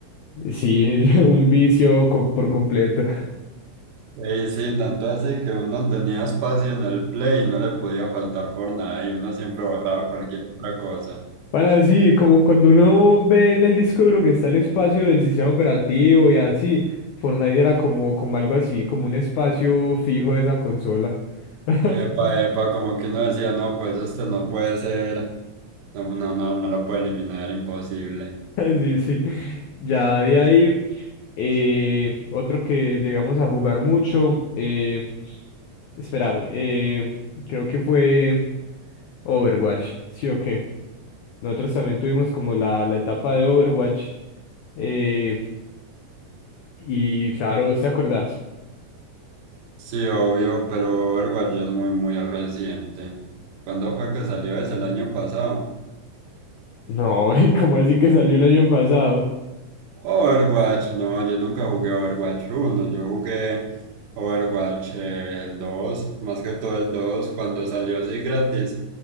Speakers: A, on the left (about 85°); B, on the right (about 80°).
A: sí, <laughs> un vicio co- por completo.
B: Ey, sí, tanto así que uno tenía espacio en el Play y no le podía faltar por nada y uno siempre borraba cualquier otra cosa.
A: Para así, como cuando uno ve en el disco duro que está el espacio del sistema operativo y así, Fortnite era como, como algo así, como un espacio fijo de esa consola. <laughs>
B: Epa, epa, como que uno decía, no, pues este no puede ser, no, no, no, no lo puede eliminar, imposible.
A: Sí, sí. Ya de ahí, eh, otro que llegamos a jugar mucho, eh, espérame, eh, creo que fue Overwatch, ¿sí o qué? Nosotros también tuvimos como la, la etapa de Overwatch. eh, y claro, ¿vos ¿te acordás?
B: Sí, obvio, pero Overwatch ya es muy, muy reciente. ¿Cuándo fue que salió ese? ¿El año pasado?
A: No, <laughs> ¿cómo así que salió el año pasado?
B: Overwatch, no, yo nunca jugué Overwatch uno, yo jugué Overwatch eh, el dos, más que todo el 2, cuando salió así gratis,